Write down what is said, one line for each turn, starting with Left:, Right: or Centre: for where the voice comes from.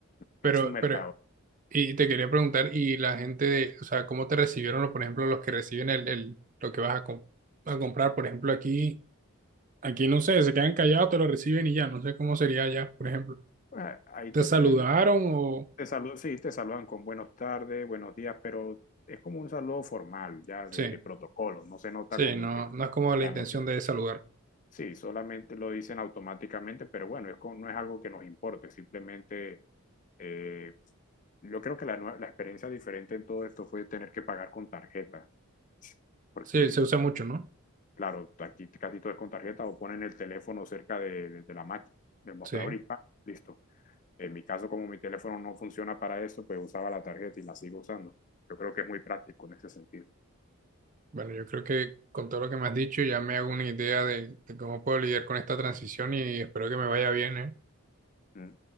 Right: Pero,
Left: Me hice un mercado.
Right: pero Y te quería preguntar, y la gente de, o sea, ¿cómo te recibieron, o, por ejemplo, los que reciben el, el- lo que vas a, com- a comprar? Por ejemplo, aquí, aquí no sé, se quedan callados, te lo reciben y ya, no sé cómo sería allá, por ejemplo.
Left: Pues, ahí
Right: ¿Te
Left: te
Right: saludaron
Left: suelen
Right: o...?
Left: Te saludan, sí, te saludan con buenos tardes, buenos días, pero es como un saludo formal, ya de,
Right: Sí,
Left: de protocolo, no se nota
Right: sí,
Left: como
Right: no,
Left: que
Right: no es como la
Left: la
Right: intención
Left: emoción.
Right: de saludar.
Left: Sí, solamente lo dicen automáticamente, pero bueno, es con- no es algo que nos importe, simplemente eh, yo creo que la, nue- la experiencia diferente en todo esto fue tener que pagar con tarjeta, porque
Right: Sí, se usa mucho, ¿no?
Left: claro, aquí casi todo es con tarjeta o ponen el teléfono cerca de, de- de la máquina, del mostrador
Right: Sí.
Left: y pa, listo. En mi caso, como mi teléfono no funciona para eso, pues usaba la tarjeta y la sigo usando. Yo creo que es muy práctico en ese sentido.
Right: Bueno, yo creo que con todo lo que me has dicho ya me hago una idea de, de cómo puedo lidiar con esta transición y espero que me vaya bien, ¿eh?
Left: ¿Mm?